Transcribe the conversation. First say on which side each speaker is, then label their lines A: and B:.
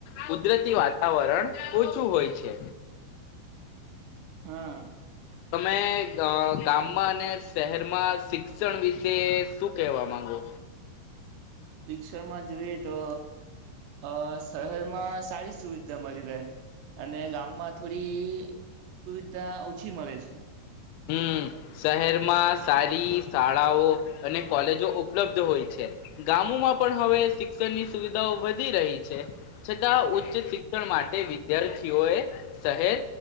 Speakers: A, on the left; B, on the right.
A: કુદરતી વાતાવરણ ઓછું હોય છે.
B: હા.
A: તમે અ ગામ ગામમાં અને શહેરમાં શિક્ષણ વિશે શું કેવા માંગો.
B: શિક્ષણમાં જોઈએ તો અ શહેરમાં. સારી સુવિધા મળી રહે અને ગામમાં થોડી સુવિધા ઓછી મળે છે.
A: હમ્મ શહેરમાં સારી શાળાઓ અને કોલેજો ઉપલબ્ધ હોય છે ગામોમાં પણ હવે શિક્ષણની સુવિધાઓ વધી રહી છે. છતાં ઉચ્ચ શિક્ષણ માટે વિદ્યાર તેઓ શહેર